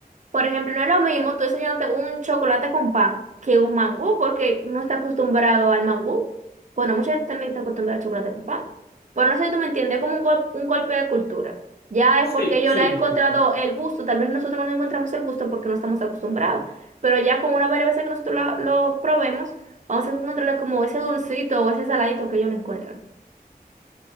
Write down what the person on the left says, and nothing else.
Sí,
sí,
sí, sí.